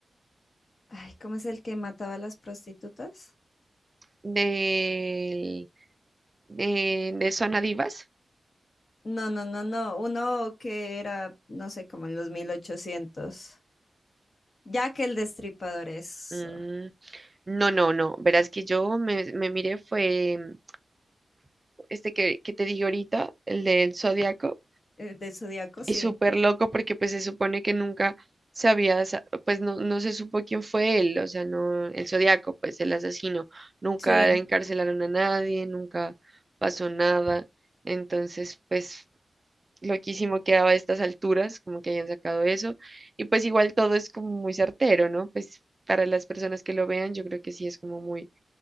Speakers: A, on the left; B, on the right.
A: Ay, ¿cómo es el que mataba a las prostitutas?
B: De, de, de Zona Divas.
A: No, no, no, no, uno que era, no sé, como en los 1800. Jack el Destripador es
B: Mm, no, no, no. Verás que yo me, me miré fue mm, este que, que te digo ahorita, el del Zodiaco,
A: El del Zodíaco, sí.
B: y súper loco porque pues se supone que nunca sabía, sa- pues no, no se supo quién fue él, o sea, no, el Zodiaco, pues el asesino. Nunca
A: Sí.
B: encarcelaron a nadie, nunca pasó nada. Entonces, pues loquísimo quedaba a estas alturas, como que hayan sacado eso. Y pues igual todo es como muy certero, ¿no? Pues para las personas que lo vean, yo creo que sí es como muy,